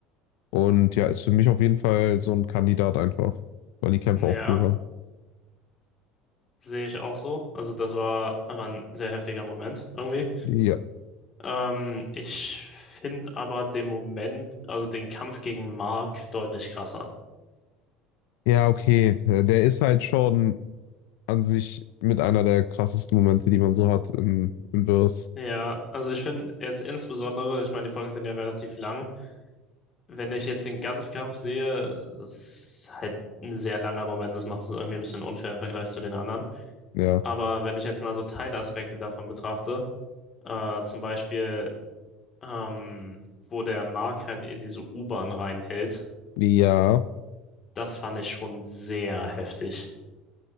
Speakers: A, on the left (about 80°); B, on the left (about 30°).
A: Und ja, ist für mich auf jeden Fall so ein Kandidat einfach, weil die Kämpfe
B: ja.
A: auch cool waren.
B: Sehe ich auch so. Also das war einfach ein sehr heftiger Moment irgendwie.
A: Ja.
B: Ähm, ich finde aber den Moment, also den Kampf gegen Mark deutlich krasser.
A: Ja, okay. Äh, Der ist halt schon an sich mit einer der krassesten Momente, die man so hat im, im Verse.
B: Ja, also ich finde jetzt insbesondere, ich meine, die Folgen sind ja relativ lang. wenn ich jetzt den Ganzkampf sehe, ist halt ein sehr langer Moment. Das macht es irgendwie ein bisschen unfair im Vergleich zu den anderen.
A: Ja.
B: Aber wenn ich jetzt mal so Teilaspekte davon betrachte, äh, zum Beispiel, ähm, wo der Mark halt in diese U-Bahn reinhält,
A: Ja,
B: das fand ich schon sehr heftig.